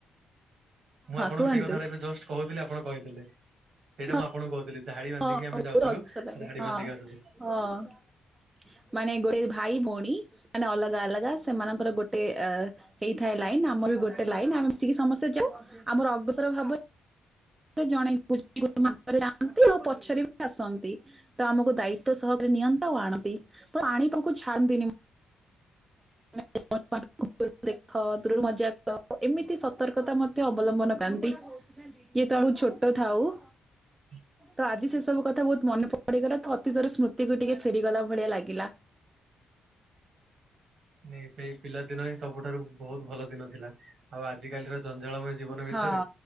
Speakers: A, on the right; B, on the right.
A: ମୁଁ ଆପଣଙ୍କୁ
B: କୁହନ୍ତୁ
A: ସେଇ କଥାଟା ଏବେ ଜଷ୍ଟ କହୁଥିଲି ଆପଣ କହିଦେଲେ, ସେଇଟା
B: ହଁ
A: ମୁଁ ଆପଣଙ୍କୁ କହୁଥିଲି। ଧାଡି ବାନ୍ଧିକି
B: ହଁ
A: ଆମେ ଯାଉଥିଲୁ
B: ବହୁତ୍ ହସ ଲାଗେ
A: ଧାଡି
B: ହଁ
A: ବାନ୍ଧିକି ଆସୁଥିଲୁ।
B: ହଁ। ମାନେ ଗୋଟେ ଭାଇ ଭୋଉଣୀ ମାନେ ଅଲଗା ଅଲଗା ସେମାନଙ୍କର ଗୋଟେ ଏ ହେଇଥାଏ ଲାଇନ୍ ଆମର ଗୋଟେ ଲାଇନ୍ ଆମେ ମିଶିକି ସମସ୍ତେ ଯାଉ ଆମର ଅଗସର ଭାବ ଏ ଜଣେ ପୂ <inaudible> ଯାଆନ୍ତି ଆଉ ପଛରେ ବି ଆସନ୍ତି ତ ଆମକୁ ଦାୟିତ୍ଵ ସହ ନିଅନ୍ତି ଆଉ ଆଣନ୍ତି ପାଣି ପାଖୁ ଛାଡ଼ନ୍ତିନି ମୁ
A: ହ
B: <inaudible> ତୁ ଦେଖ ଦୂରରୁ ମଜା କର ଏମିତି ସତର୍କତା ମଧ୍ୟ ଅବଲମ୍ବନ କାନ୍ତି ଯେହେତୁ ଆ ମୁ ଛୋଟ ଥାଉ
A: ହଁ
B: ତ ଆଜି ସେ ସବୁ କଥା ବୋହୁତ ମନେ ପଡି଼ଇଗଲା ତ ଅତୀତର ସ୍ମୃତିକୁ ଟିକେ ଫେରିଗଲା ଭଳିଆ ଲାଗିଲା।
A: <inaudible> ନାଇଁ ସେଇ ପିଲାଦିନ ହିଁ ସବୁଠାରୁ ବହୁତ ଭଲ ଦିନ ଥିଲା ଆଉ ଆଜିିକାଲିର ଜଞ୍ଜାଳମୟ ଜୀବନ ଭିତରେ
B: ହଁ